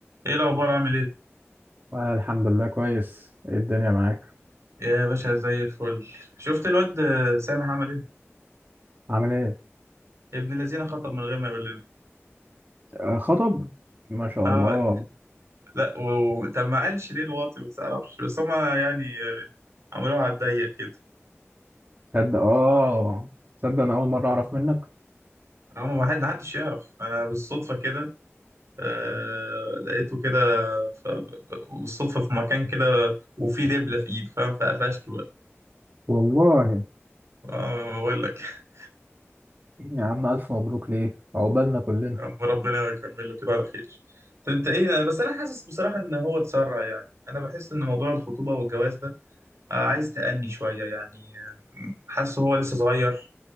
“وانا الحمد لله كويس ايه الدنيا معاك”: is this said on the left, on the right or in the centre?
Right